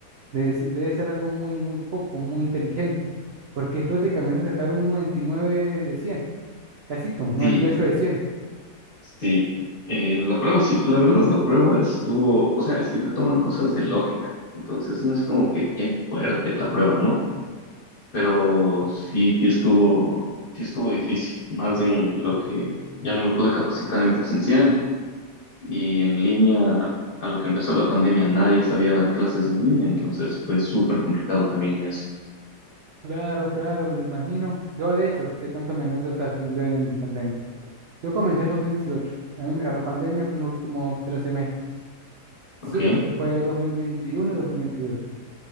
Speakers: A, on the right (about 80°); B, on the left (about 35°).
A: debe, ser- debe ser algo muy, muy coco, muy inteligente, porque es prácticamente sacar un 99 de cien Casito, noventa
B: Sí,
A: y ocho de 100.
B: sí. Eh, la prueba, sí, la verdad la prueba estuvo, o sea, es que te toman cosas de lógica, entonces no es como que qué fuerte la prueba, ¿no? Pero sí, sí estuvo, sí estuvo difícil, más en lo que ya no me pude capacitar en presencial Y en línea, a lo que empezó la pandemia, nadie sabía dar clases en línea, entonces fue súper complicado también en eso.
A: Claro, claro, me lo imagino. Yo, de hecho, te cuento mi anécdota estudiando en pandemia. Yo comencé en dos mil dieciocho. A mí me agarró pandemia, fue en los últimos tres semestres. Sí,
B: ok
A: lo que fue 2021 y 2022.